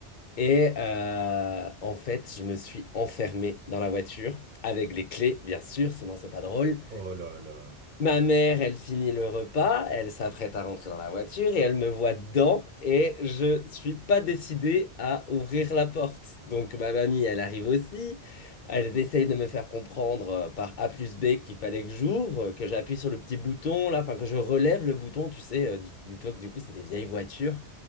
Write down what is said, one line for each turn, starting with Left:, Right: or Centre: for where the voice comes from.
Left: Et euh, en fait, je me suis enfermé dans la voiture avec les clés, bien sûr, sinon c'est pas drôle.
Right: Oh là là.
Left: Ma mère, elle finit le repas, elle s'apprête à rentrer dans la voiture et elle me voit dedans et je suis pas décidé à ouvrir la porte. Donc ma mamie, elle arrive aussi. Elle essaye de me faire comprendre euh, par A plus B qu'il fallait que j'ouvre, que j'appuie sur le petit bouton là, enfin que je relève le bouton, tu sais. euh, dis- Dis-toi que du coup, c'est des vieilles voitures.